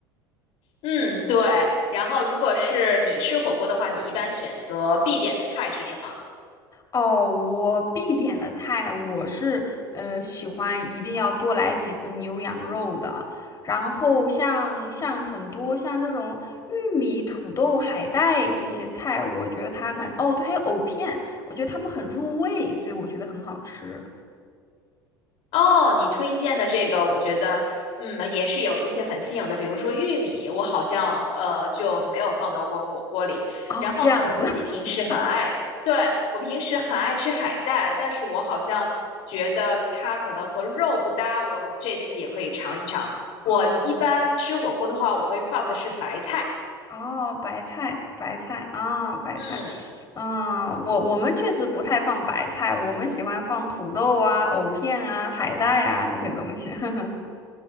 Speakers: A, on the left; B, on the left.
A: 嗯，对。然后如果是你吃火锅的话，你一般选择必点的菜是什么？
B: 哦，我必点的菜，我是呃喜欢一定要多来几份牛羊肉的。然后像像很多像这种玉米、土豆、海带这些菜，我觉得它很，哦，对，还有藕片，我觉得它们很入味，所以我觉得很好吃。
A: 哦，你推荐的这个，我觉得，嗯，也是有一些很新颖的，比如说玉米，我好像呃就没有放到过火锅里。
B: 哦，
A: 然后我自己平时很爱，
B: 这样子。<laughs>
A: 对，我平时很爱吃海带，但是我好像觉得它可能和肉不搭，我这次也可以尝一尝。我一般吃火锅的话，
B: 啊
A: 我会放的是白菜，
B: 哦，白菜，白菜啊，白菜，
A: 嗯。
B: 嗯，我我们确实不太放白菜，我们喜欢放土豆啊、藕片啊、海带啊那些东西。<laughs>